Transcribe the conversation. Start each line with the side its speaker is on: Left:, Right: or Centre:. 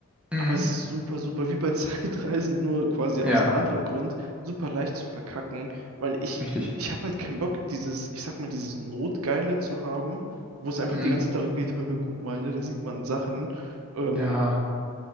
Centre: Mhm.
Right: aber es ist super, super, wie bei <laughs> Zeitreisen, nur quasi
Centre: Ja,
Right: aus einem anderen Grund, super leicht zu verkacken, weil ich,
Centre: richtig.
Right: ich habe halt keinen Bock, dieses, ich sag mal, dieses Notgeile zu haben, wo es einfach
Centre: Mhm.
Right: die ganze Zeit darum geht, <laughs> guck mal, ne, da sieht man Sachen, ähm,
Centre: Ja,